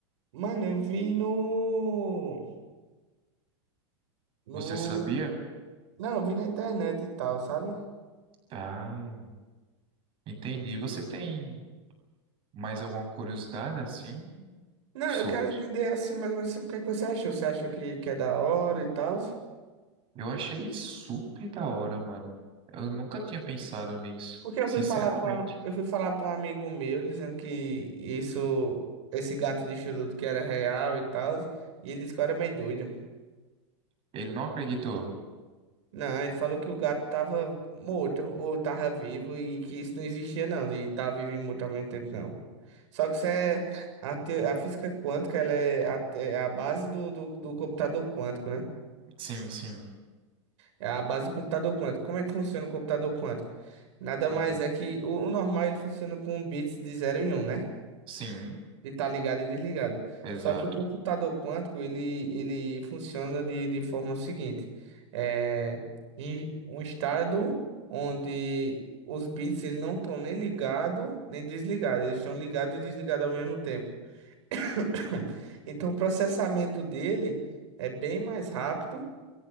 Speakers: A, on the right; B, on the right.
A: Mano, eu vi no, no...
B: Você sabia?
A: Não, eu vi na internet e tal, sabe?
B: Ah, entendi. Você tem mais alguma curiosidade assim
A: Não,
B: sobre?
A: eu quero entender assim mais ou menos o que é que você achou. Você achou que, que é da hora e tal?
B: Eu achei super da hora, mano. Eu nunca tinha pensado nisso,
A: Porque eu
B: sinceramente.
A: fui falar para eu fui falar para um amigo meu dizendo que isso esse gato de charuto que era real e tal, e ele disse que eu era meio doido.
B: Ele não acreditou.
A: Não, ele falou que o gato tava morto ou tava vivo e que isso não existia não, de estar vivo e morto ao mesmo tempo não. Só que isso é a, te- a física quântica, ela é a, te- é a base do, do, do computador quântico, né?
B: Sim, sim.
A: É a base do computador quântico. Como é que funciona o computador quântico? Nada
B: Como?
A: mais é que o, o normal ele funciona com bits de zero e um, né?
B: Sim,
A: De estar ligado e desligado.
B: exato.
A: Só que o computador quântico ele, ele funciona de, de forma seguinte: é em um estado onde os bits eles não estão nem ligado nem desligado, eles estão ligados e desligados ao mesmo tempo. <coughs> Então o processamento dele é bem mais rápido